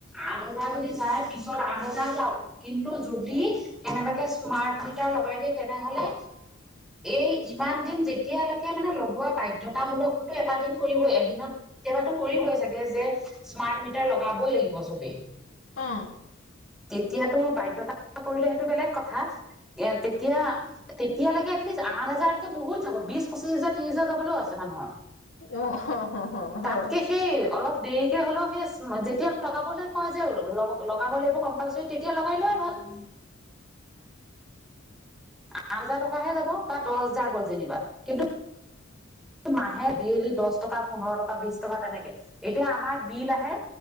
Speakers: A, in the centre; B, on the left (about 80°).
A: আঠ হাজাৰ যদি যায় পিছত আঠ হাজাৰ যাওক। কিন্তু যদি, কেনেবাকে স্মাৰ্ট মিটাৰ লগাই দিয়ে তেনেহলে, এই ইমান দিন যেতিয়ালৈকে মানে ব‌ বাধ্যতামূলক <unintelligible> ‌ এটা দিন কৰিবই, এদিনত, তিয়াবাতো কৰিবই চাগে যে স্মাৰ্ট মিটাৰ লগাবই লাগিব চবেই।
B: অ'।
A: তেতিয়াতো বাধ্যতা <inaudible> কৰিলে সেইটো বেলেগ কথা। ইয়াত তেতিয়া, তেতিয়ালৈক এটলিষ্ট আঠ হাজাৰতকৈ বহুত যাব, বিছ, পঁচিছ হাজাৰ, ত্ৰিশ হাজাৰ যাবলৈও আছে মানুহৰ।
B: অ, হ- হ- হ
A: তাতকে
B: হয়।
A: সেই অলপ দেৰিকে হলেও সেই স্ম যেতিয়া লগাবলৈ কয় যে ল লগাবলৈতো কম <unintelligible> তেতিয়া লগাই লোৱাই ভাল। <inaudible> অ আঠ হাজাৰ টকাহে যাব, বা দহ জাৰ গল যেনিবা, কিন্তু আহে দেইলি দছ টকা, পোন্ধৰ টকা, বিছ টকা তেনেকে। এতিয়া আমাৰ বিল আহে